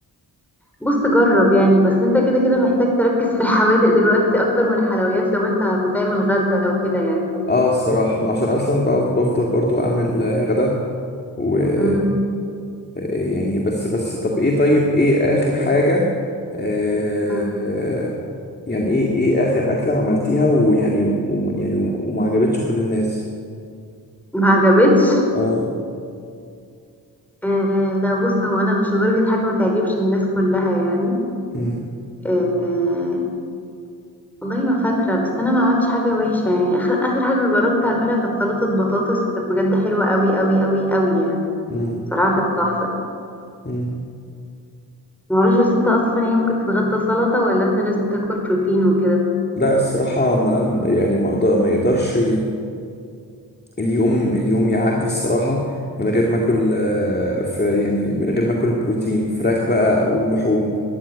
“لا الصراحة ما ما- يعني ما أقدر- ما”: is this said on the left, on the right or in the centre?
Left